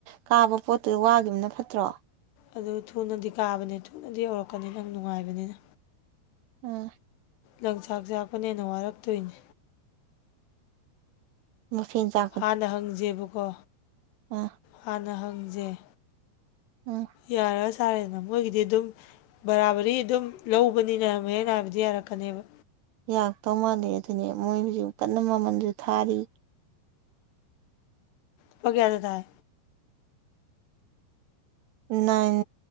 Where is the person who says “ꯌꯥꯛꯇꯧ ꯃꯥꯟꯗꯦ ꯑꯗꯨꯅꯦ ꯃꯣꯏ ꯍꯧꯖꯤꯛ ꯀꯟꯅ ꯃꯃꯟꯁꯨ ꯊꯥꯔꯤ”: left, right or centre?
Right